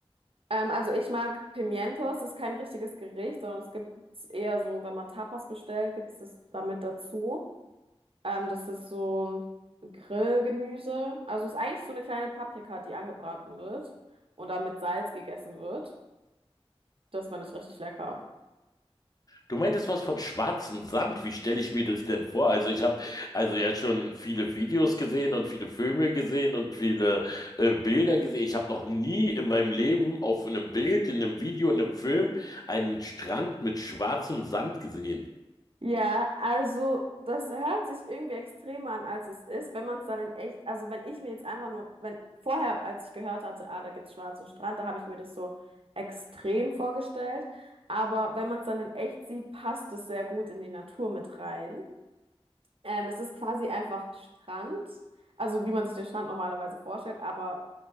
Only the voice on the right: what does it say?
Ähm, also ich mag Pimientos, das ist kein richtiges Gericht, sondern es gibt es eher so, wenn man Tapas bestellt, gibt es das damit dazu. Ähm, das ist so Grillgemüse. Also ist eigentlich so eine kleine Paprika, die angebraten wird und dann mit Salz gegessen wird. Das fand ich richtig lecker.
Ja, also das hört sich irgendwie extremer an, als es ist, wenn man es dann in echt, also wenn ich mir jetzt einfach nur, wenn vorher, als ich gehört hatte, ah, da gibt's schwarzen Strand, da habe ich mir das so extrem vorgestellt. Aber wenn man es dann in echt sieht, passt es sehr gut in die Natur mit rein. Ähm, es ist quasi einfach Strand, also wie man sich den Strand normalerweise vorstellt, aber